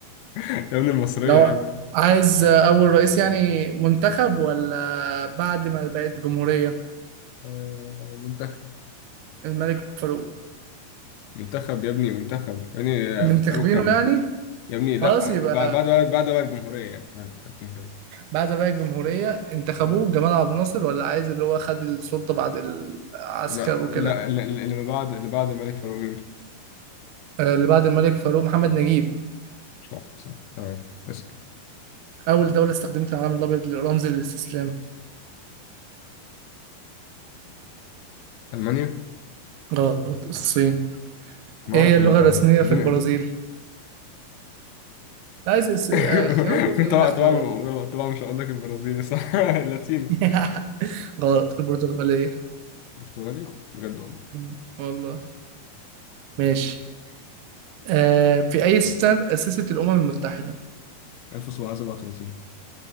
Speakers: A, on the left; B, on the right.
A: يا ابني المصرية
B: لو
A: يا ابني
B: عايز أول رئيس يعني منتخب ولا بعد ما بقت جمهورية
A: آه، منتخب
B: الملك فاروق
A: منتخب يا ابني منتخب يا ابني
B: منتخبينه
A: في أروكان
B: يعني
A: يا ابني لا
B: خلاص يبقى
A: بعد بعد بعد بعد بقى الجمهورية يعني آه، الجمهورية
B: بعد ما بقت جمهورية انتخبوه
A: مم.
B: جمال عبد الناصر ولا عايز اللي هو خد السلطة بعد العسكر
A: لا
B: وكده
A: لا لا- اللي ما بعد اللي بعد الملك فاروق مين؟
B: آه، اللي بعد الملك فاروق محمد نجيب
A: صح صح تمام اسأل
B: أول دولة استخدمت العلم الأبيض لرمز الاستسلام
A: ألمانيا؟
B: غلط الصين
A: ما
B: إيه
A: أعرف
B: هي اللغة
A: إن أنت
B: الرسمية
A: عيل
B: في
A: اديني
B: البرازيل عايز اس- آه،
A: إيه؟
B: اختيارات قول لي
A: <laughs>
B: قول
A: طبعا
B: لي اختيارات
A: طبعا طبعا مش هقول لك البرازيلي صح <laughs> اللاتيني
B: <laughs> غلط البرتغالية
A: برتغالي بجد والله
B: مم. والله ماشي آه في أي سنة تأسست الأمم المتحدة؟
A: 1737